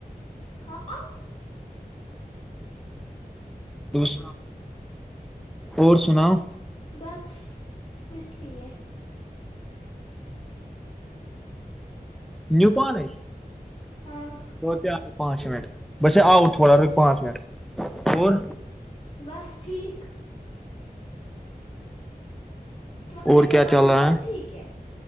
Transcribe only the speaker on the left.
ہاں
بس کچھ نہیں ہے
ہاں
بس ٹھیک تمہارے
گھر والے
سب
ٹھیک ہے